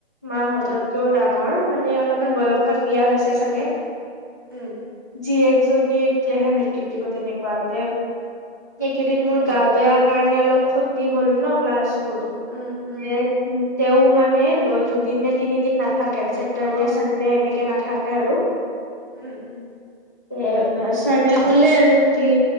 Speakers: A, on the left; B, on the right.
A: মাহঁততকেও
B: উম
A: ডাঙৰ মানে অলপমান বয়সত
B: উম
A: বিয়া হৈছে চাগে।
B: উম।
A: যি একজনীয়ে এতিয়াহে মেট্ৰিক দিব তেনেকুৱা তে এইকেইদিন মোৰ
B: অ
A: গা বেয়া কাৰণে অলপ ক্ষতি হ'ল ন ক্লাছবোৰ।
B: উম উম
A: যে তেওঁ মানে দুদিন নে তিনিদিন নাথাকে চছেটাৰ্ডে,
B: অ
A: চানডে এনেকে নাথাকে আৰু।
B: উম, উম।
A: এ ছাৰে
B: বুজিছো
A: ক'লে আৰু কি